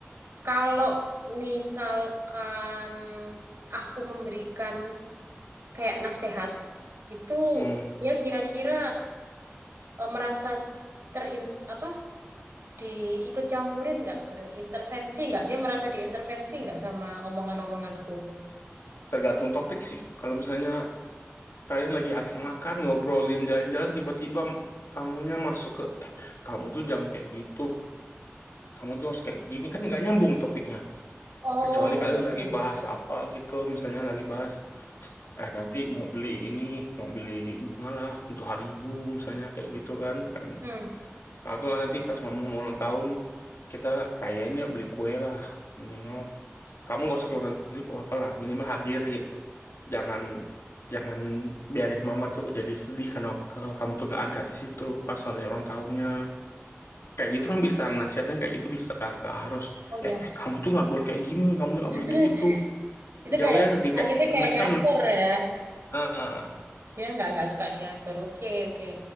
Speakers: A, on the right (about 65°); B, on the left (about 65°).
A: Kalau misalkan aku memberikan kayak nasihat gitu,
B: Hmm,
A: ya kira-kira eh, merasa terin apa diikut campurin nggak, Udah intervensi nggak? Dia merasa diintervensi nggak sama omongan-omonganku?
B: tergantung topik sih. Kalau misalnya kalian lagi asik makan, ngobrolin jalan-jalan, tiba-tiba kamunya masuk ke, eh, kamu tuh jangan kayak gitu. Kamu tuh harus kayak gini. Kan nggak nyambung topiknya.
A: Oh,
B: Kecuali
A: iya,
B: kalian
A: iya, iya.
B: lagi bahas apa gitu. Misalnya lagi bahas, eh, nanti mau beli ini, mau beli bunga lah untuk hari ibu, misalnya kayak gitu kan. Kan
A: Hmm.
B: Atau nanti pas mama mau ulang tahun, kita rayain yuk beli kue lah minimal. Kamu nggak usah keluarin duit, wah apalah minimal hadir gitu. Jangan jangan biarin mama tuh jadi sedih karena kalau kamu tuh nggak ada di situ pas hari ulang tahunnya. Kayak gitu kan bisa nasihatnya kayak gitu bisa nggak harus.
A: Oh, iya.
B: Eh kamu tuh nggak boleh kayak gini, kamu tuh nggak
A: <laughs>
B: boleh kayak gitu.
A: Itu
B: Jauhnya
A: kayak
B: lebih kayak
A: akhirnya kayak
B: neken.
A: ngatur ya.
B: Ah,
A: Dia nggak nggak suka diatur. Oke, oke.